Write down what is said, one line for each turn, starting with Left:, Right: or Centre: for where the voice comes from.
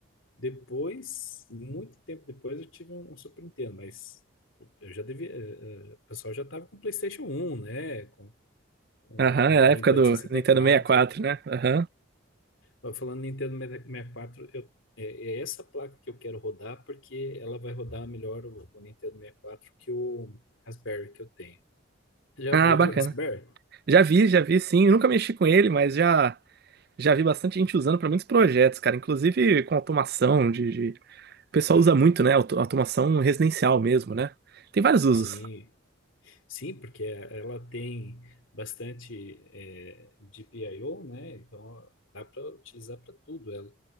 Left: Depois, muito tempo depois, eu tive um, um Super Nintendo, mas eu já devia. eh, eh, O pessoal já tava com PlayStation um né? Com um
Right: Aham, é
Left: Nintendo
Right: a época do
Left: sessenta
Right: Nintendo
Left: e quatro
Right: 64, né? Aham.
Left: Ó, Falando Nintendo 64, eu, é, é essa placa que eu quero rodar porque ela vai rodar melhor o, o Nintendo 64 que o Raspberry que eu tenho. Já,
Right: Ah,
Left: já
Right: bacana.
Left: viu o Raspberry?
Right: Já vi, já vi, sim. Eu nunca mexi com ele, mas já. Já vi bastante gente usando para muitos projetos, cara, inclusive com automação de, de- O pessoal
Left: Ah,
Right: usa muito, né? auto- Automação residencial mesmo, né? Tem vários usos.
Left: sim. Sim, porque ela tem bastante é, GPIO, né? Então dá para utilizar para tudo ela.